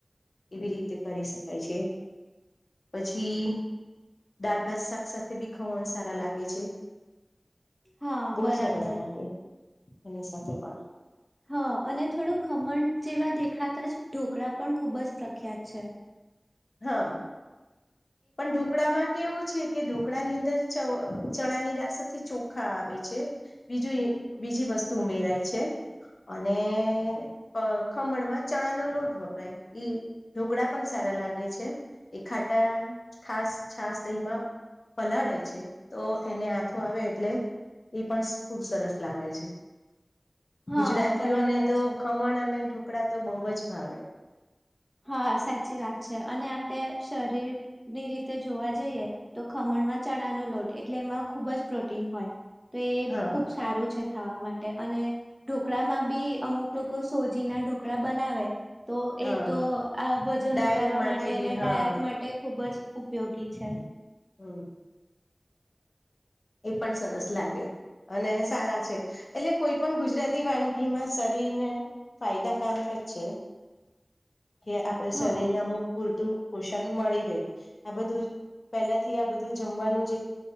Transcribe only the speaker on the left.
એવી રીતે કરી <unintelligible> <inaudible> પછી દાળ ભાત શાક સાથે બી સારા લાગે છે.
બહુ
સરસ લાગે એની સાથે પણ
હા પણ ઢોકળા માં કેવું છે. કે ઢોકળા ની અંદર ચવ ચણા ની દાળ સાથે ચોખા આવે છે બીજું બીજી વસ્તુ ઉમેરાય છે અને અ ખમણમાં ચણા નો લોટ વપરાય ઢોકળા પણ સારા લાગે. લાગે છે એ ખાટા ખાસ છાસ દહી માં પલાળે છે તો એને આથો આવે એટલે એ પણ ખુબ સરસ લાગે છે.
ગુજરાતીઓને
તો
ખમણ અને ઢોકળા તો બહુ જ ભાવે.
હા
હા
ડાયટ
બી
હા
હમ એ પણ સરસ લાગે. અને સારા છે એટલે કોઈ પણ ગુજરાતી વાનગીમાં શરીરને ફાયદાકારક જ છે. કે આપણે
શરીરને અમુક પૂરતું પોષણ મળી રહે આ બધું પહેલા થી આ બધું જમવાનું જે